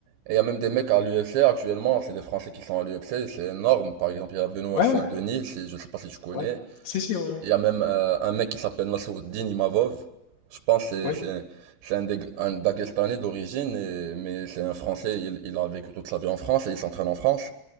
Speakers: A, on the right; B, on the left.
A: Et il y a même des mecs à l'UFC actuellement, c'est des Français qui sont à l'UFC, c'est énorme. Par exemple, il y a Benoît
B: Ouais,
A: Saint-Denis,
B: ouais,
A: si, je sais pas si tu connais.
B: ouais. Si, si, ouais, ouais.
A: Il y a même euh, un mec qui s'appelle Nassourdine Imavov. Je pense que
B: Oui,
A: c'est c'est- c'est un, Dag- un Daguestanais d'origine, et- mais c'est un Français, il, il a vécu toute sa vie en France et il s'entraîne en France.